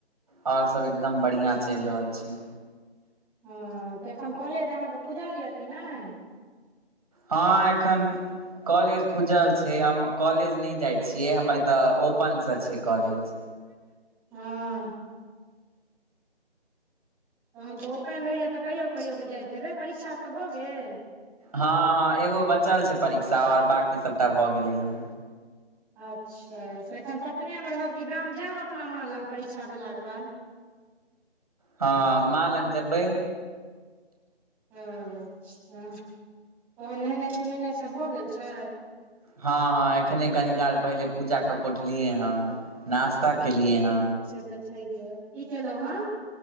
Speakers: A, on the right; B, in the centre.
A: और सभ एकदम बढ़िआँ चलि रहल छै
B: हँ तऽ एखन कॉलेज अहाँके खुजल यऽ कि नहि
A: हँ एखन कॉलेज खुजल छै हम कॉलेज नहि जाइ छियै हमर एतय ओपनसँ छै कॉलेज
B: हँ तहन तऽ ओपन रहैएा तऽ कहियओ कहियओ क जाइत हेबै परीक्षा सब भऽ गेल
A: हँ हँ एगो बचल छै परीक्षा आऔर बाकी सबटा भए गेले हेँ
B: अच्छा तऽ एखन पटने में रहब कि गाम जायब अपना माँ लग परीक्षा भेला के बाद
A: हाँ माँ लग जेबै
B: ओ अच्छा तहन नहेनाइ सोनेनाइ सब भऽ गेल छै
A: हाँ हाँ एखने कनी काल पहिले पूजा कऽ कऽ उठलियै ह नास्ता केलियए हँ
B: ओ तऽ छैए की कलहुँ हँ